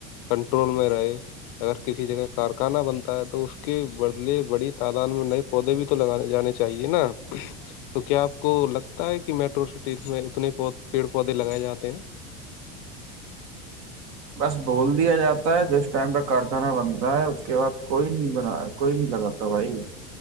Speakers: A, on the left; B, on the right.
A: کنٹرول میں رہے اگر کسی جگہ کارخانہ بنتا ہے تو اس کے بدلے بڑی تعداد میں ن پودے بھی تو لگانے جانے چاہیے نا تو کیا آپ کو لگتا ہے کہ میٹرو سٹی میں اتنے پود پیڑ پودے لگائے جاتے ہیں
B: بس بول دیا جاتا ہے جس ٹائم پہ کارخانہ بنتا ہے اس کے بعد کوئی نہیں بنایا کوئی نہیں لگاتا بھائی